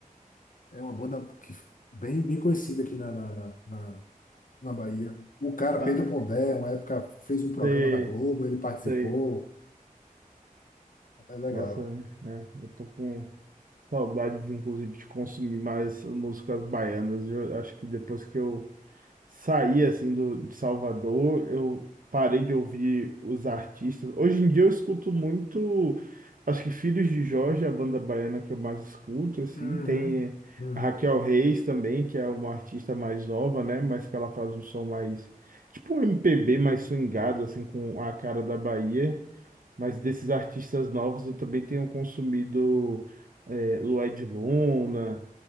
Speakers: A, on the left; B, on the right.
A: é uma banda que, bem, bem conhecida aqui na, na, na, na- na Bahia. O cara,
B: ah,
A: Pedro Pondé, uma época fez um programa
B: sei,
A: na Globo, ele participou.
B: sei.
A: É legal.
B: Nossa, né? Eu tô com saudades, inclusive, de consumir mais músicas baianas. Eu acho que depois que eu saí assim do, de Salvador, eu parei de ouvir os artistas. Hoje em dia eu escuto muito, acho que Filhos de Jorge, é a banda baiana que eu mais escuto, assim.
A: Uhum,
B: Tem
A: uhum.
B: a Raquel Reis também, que é uma artista mais nova, né? Mas que ela faz um som mais, tipo um MPB mais swingado, assim, com a cara da Bahia. Mas desses artistas novos eu também tenho consumido é, Lued Luna,